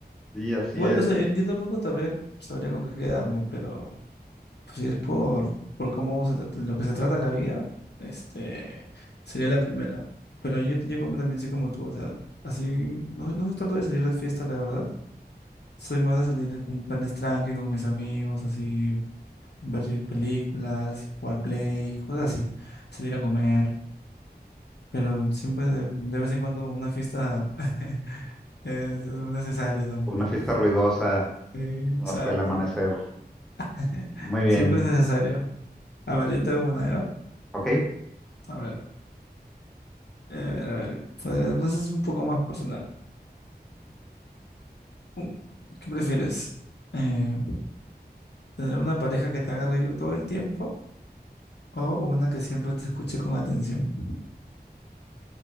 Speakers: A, in the centre; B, on the left.
A: sí, así
B: Igual,
A: es.
B: o sea,
A: Ujú.
B: yo, yo tampoco sabría, sabría con qué quedarme, pero pues, si es por, por cómo se, tra- lo que se trata la vida, este, sería la primera. Pero yo, yo como también soy como tú, o sea, así, no, no soy tanto de salir de fiesta, la verdad. Soy más de salir con planes tranqui, con mis amigos, así, ver películas, jugar play, cosas así, salir a comer. Pero siempre de, de vez en cuando una fiesta <laughs> es, es necesaria también.
A: Una fiesta ruidosa
B: Exacto.
A: hasta el amanecer.
B: <laughs>
A: Muy bien,
B: Siempre es necesario. A ver, yo te hago una, ¿ya?
A: ok.
B: A ver, eh, a ver, a ver. Pues, entonces es un poco más personal. Uh, ¿Qué prefieres? Eh, ¿tener una pareja que te haga reír todo el tiempo o una que siempre te escuche con atención?